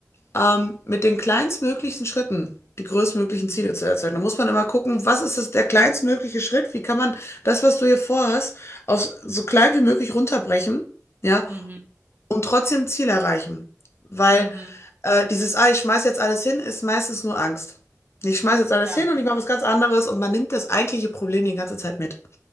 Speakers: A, on the left; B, on the right.
A: ähm, mit den kleinstmöglichen Schritten die größtmöglichen
B: Mhm.
A: Ziele zu erzeugen. Da muss man immer gucken, was ist das, der kleinstmögliche Schritt? Wie kann man das, was du hier vorhast, aus so klein wie möglich runterbrechen, ja,
B: Mhm.
A: und trotzdem Ziel erreichen. Weil
B: Mhm.
A: äh, dieses, ah, ich schmeiß jetzt alles hin, ist meistens nur Angst. Ich schmeiß jetzt alles
B: Ja.
A: hin und ich mache was ganz anderes und man nimmt das eigentliche Problem die ganze Zeit mit.